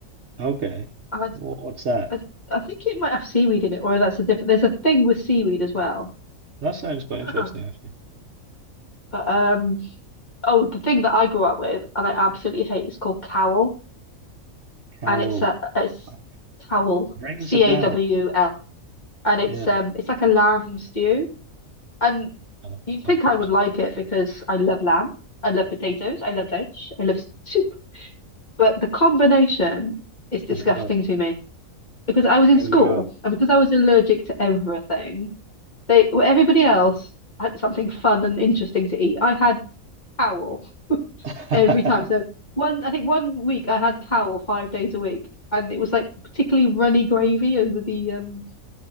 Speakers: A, on the right; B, on the left.
A: Okay.
B: I
A: Wh- What's that?
B: I I think it might have seaweed in it, or that's a different. There's a thing with seaweed as well.
A: That sounds quite
B: <clears throat>
A: interesting actually.
B: But um, oh, the thing that I grew up with and I absolutely hate is called cowl,
A: Cowl
B: and it's a it's
A: uh,
B: cowl,
A: rings
B: C
A: a bell.
B: A W L, and it's
A: Yeah,
B: um it's like a lamb stew, and
A: of
B: you'd think
A: of course.
B: I would like
A: yeah.
B: it because I love lamb, I love potatoes, I love veg, I love s- soup, but the combination is disgusting
A: Doesn't work.
B: to me because I was in
A: There
B: school
A: you go.
B: and because I was allergic to everything. They everybody else had something fun and interesting to eat. I had cowl
A: <laughs>
B: every time. So one, I think one week I had cowl five days a week, and it was like particularly runny gravy over the um,